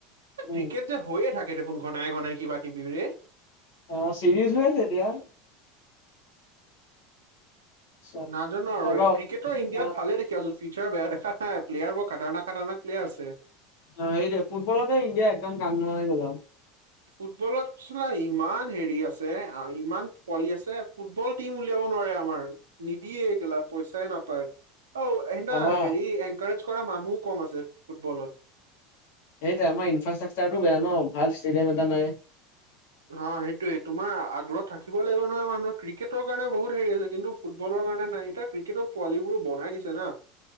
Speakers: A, on the right; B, on the left.
A: এ
B: উম,
A: ক্ৰিকেট হৈয়ে থাকে দেখোন ঘনাই ঘনাই কিবা কিবি ৰে।
B: অ', চিৰিজ হৈ আছে এতিয়া। চব
A: নাজানো আৰু
B: এবাৰ
A: এই ক্ৰিকেটৰ ইণ্ডিয়াত
B: অ',
A: ভালে দেখি আ ফিউচাৰ বেয়া দেখা নাই, প্লেয়াৰ বৰ খাটাৰনাক খাটাৰনাক প্লেয়াৰ আছে।
B: অ', এইটোৱেই ফুটবলতে ইণ্দিয়া একদম কাম নোহোৱা হৈ গল আও।
A: ফুটবলত চালা ইমান হেৰি আছে, আ ইমান পোৱলি আছে। ফুটবল টিম উলিয়াব নোৱাৰে আমাৰ। নিদিয়ে কেলা পইচাই নাপায়। অ', এ
B: আমাৰ
A: হেৰি এনকাৰ কৰা মানুহ কম আছে, ফুটবলত।
B: এইতিয়া আমাৰ ইনফ্ৰাষ্ট্ৰাকচাৰটো বেয়া ন, ভাল ষ্টেডিয়াম এটা নাই।
A: অ', সেইটোয়ে তোমাৰ আগ্ৰহ থাকিব লাগিব নহয় মানুহৰ, ক্ৰিকেটৰ কাৰণে বহুত হেৰি আছে কিন্তু ফুটবলৰ কাৰণে নাই। এতিয়া ক্ৰিকেটত পোৱালীবোৰো বনাই দিছে না।